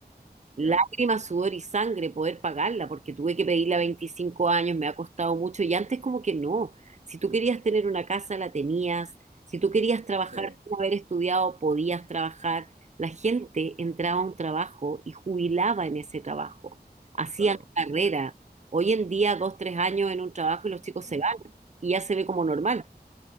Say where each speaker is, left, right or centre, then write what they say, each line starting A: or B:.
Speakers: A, on the right; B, on the right.
A: lágrimas,
B: ya,
A: sudor y sangre poder pagarla, porque tuve que pedirla a 25 años, me ha costado mucho y antes como que no. Si tú querías tener una casa, la tenías. Si tú querías trabajar
B: sí,
A: sin haber estudiado, podías trabajar. La gente entraba a un trabajo y jubilaba en ese trabajo. Hacían
B: claro,
A: carrera. Hoy en día, dos, tres años en un trabajo y los chicos
B: es muy
A: se van
B: difícil.
A: y ya se ve como normal.
B: vale.